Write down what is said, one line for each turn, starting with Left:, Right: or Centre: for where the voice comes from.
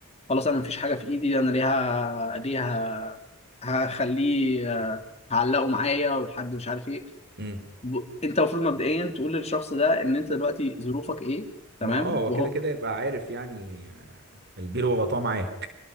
Left: خلاص انا مفيش حاجه في ايدي انا ليها ليها هخليه آه، هعلقه معايا والحد مش عارف ايه
Right: امم
Left: ب... انت المفروض مبدئيا تقول للشخص ده ان انت دلوقتي ظروفك ايه تمام
Right: ما هو اه هو
Left: وهو
Right: كده كده يبقى عارف يعني آه، البير وغطاه معاك